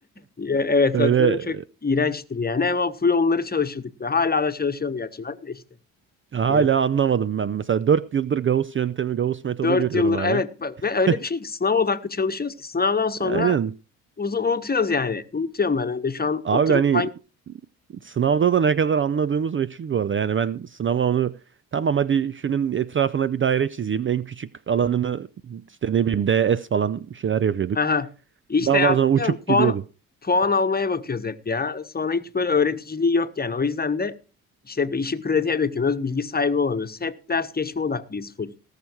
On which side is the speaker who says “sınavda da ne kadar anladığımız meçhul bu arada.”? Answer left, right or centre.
Right